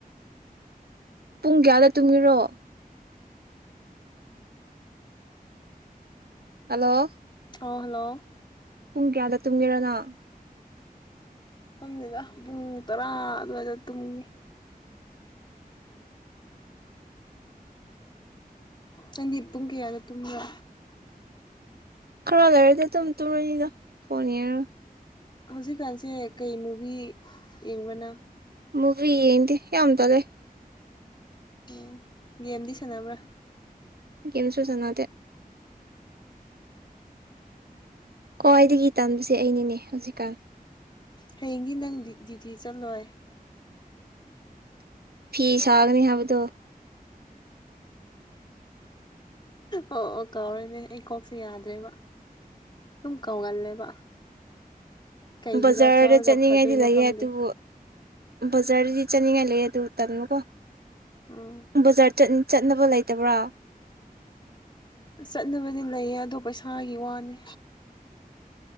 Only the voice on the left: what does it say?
ꯑꯍꯂꯣ
ꯐꯪꯉꯤꯗ ꯄꯨꯡ ꯇꯔꯥ ꯑꯗꯨꯋꯥꯏꯗ ꯇꯨꯝꯉ ꯅꯪꯗꯤ ꯄꯨꯡ ꯀꯌꯥꯗ ꯇꯨꯝꯕ
ꯍꯧꯖꯤꯛꯀꯥꯟꯁꯦ ꯀꯩ ꯃꯨꯚꯤ ꯌꯦꯡꯕꯅ
ꯎꯝ ꯒꯦꯝꯗꯤ ꯁꯥꯟꯅꯕ꯭ꯔꯥ
ꯍꯌꯦꯡꯗꯤ ꯅꯪ ꯗ꯭ꯌꯨꯇꯤ ꯆꯠꯂꯣꯏ
ꯑꯣ ꯑꯣ ꯀꯥꯎꯔꯦꯅꯦ ꯑꯩ ꯀꯣꯛꯁꯦ ꯌꯥꯗ꯭ꯔꯦꯕ ꯑꯗꯨꯝ ꯀꯥꯎꯒꯜꯂꯦꯕ ꯀꯩ
ꯍꯤꯗꯥꯛ ꯆꯥꯔꯒ
ꯐꯗꯣꯏꯅꯣ
ꯈꯪꯗꯦ
ꯎꯝ
ꯆꯠꯅꯕꯗꯤ ꯂꯩꯌꯦ ꯑꯗꯣ ꯄꯩꯁꯥꯒꯤ ꯋꯥꯅꯤ